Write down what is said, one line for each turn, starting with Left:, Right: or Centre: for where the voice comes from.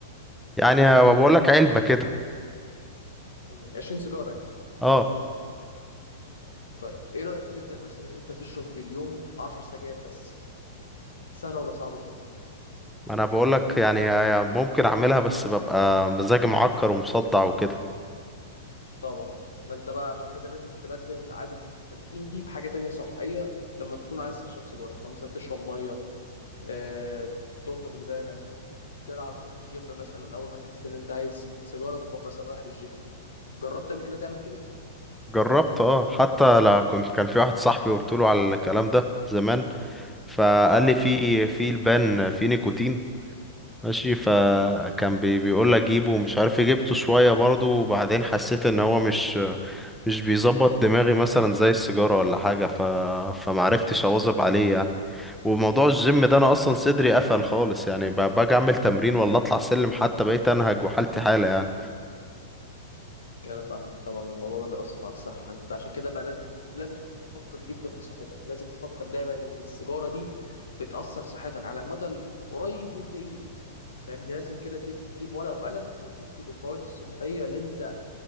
Centre: يعني بقول لك علبة كده
Left: مم. 20 سيجاره يعني
Centre: اه
Left: طيب ايه رايك نبدا مثلا ان انت تشرب في اليوم 10 سجاير بس سهله ولا صعبه
Centre: انا بقول لك يعني هي- ممكن اعملها بس ببقى مزاجي معكر ومصدع وكده
Left: طبعا ما انت بقى عشان كده لازم تبدل عاده التدخين دي بحاجه تانية صحيه لما تكون عايز تشرب سيجاره فمثلا تشرب ميه آه، تندغ لبانه تلعب تروح الجيم مثلا اول ما تحس ان انت عايز سيجاره تروح مثلا رايح الجيم جربت قبل كده تعمل كده
Centre: جربت اه حتى لا كنت كان في واحد صاحبي قلت له على الكلام ده زمان فقال
Left: امم
Centre: لي في في البان في نيكوتين ماشي فكان بي بيقول لي جيبه ومش عارف إيه، جبته شويه برضه وبعدين حسيت ان هو مش مش بيظبط دماغي مثلا زي السيجاره ولا حاجه ف فمعرفتش اواظب عليه يعني وموضوع الجيم ده انا اصلا صدري قفل خالص يعني ب- باجي اعمل تمرين ولا اطلع سلم حتى بقيت انهج وحالتي حاله يعني
Left: يعني انا فاهمك طبعا الموضوع ده بيأثر على الصحة انت عشان كده بقى لازم لازم تفكر جدا في صحتك لازم تفكر دايما ان السيجارة دي بتأثر صحتك على المدى القريب والبعيد فاهمني لازم كده تك- تجيب ورقة وقلم وتكتب الفوائد الصحية اللي انت